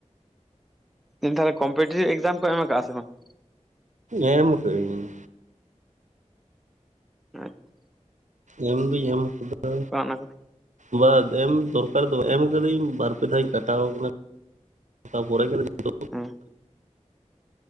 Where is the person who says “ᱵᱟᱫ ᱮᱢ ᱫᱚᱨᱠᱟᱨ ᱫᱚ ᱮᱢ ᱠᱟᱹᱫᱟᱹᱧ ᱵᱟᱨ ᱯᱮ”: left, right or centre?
Right